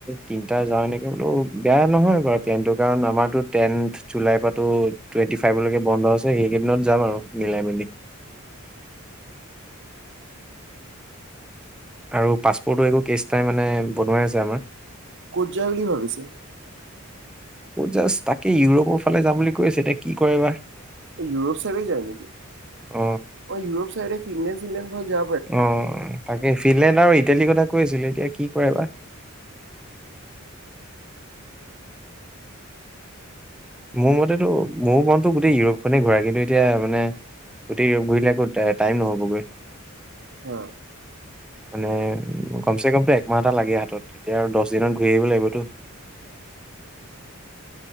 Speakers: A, in the centre; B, on the right (about 60°).
A: তিনটা যাওঁ এনেকে বোলো বেয়া নহয় বাৰু প্লানটো কাৰণ আমাৰতো টেন জুলাইৰ পৰাটো টুৱেণ্টি ফাইভলৈকে বন্ধ আছে। সেইকেইদিনত যাম আৰু মিলাই মেলি। আৰু পাছপৰ্টো একো কেচ নাই মানে বনাই আছে আমাৰ।
B: কত যায় বুলি ভাবিছে?
A: কত যায় তাকে ইউৰোপৰ ফালে যাম বুলি কৈছে এতিয়া কি কৰে বা
B: ইউৰোপ চাইড যায় নেকি?
A: অ
B: অ', ইউৰোপ চাইড ফিনলেণ্ড চিনলেণ্ড হৈ যা
A: অ', তাকে, ফিনলেণ্ড আৰু ইটালীৰ কথা কৈ আছিল, এতিয়া কি কৰে বা। মোৰ মতেতো মোৰ মনতো গোটেই ইউৰোপ খনে ঘূৰা কিন্তু এতিয়া মানে। গোটেই ঘূৰিলে আকৌ টাইম নহ'বগৈ।
B: অ।
A: মানে কমচেকমটো একমাহ এটা লাগে হাতত, এতিয়া আৰু দহ দিনত ঘূৰি আহিব লাগিবতো।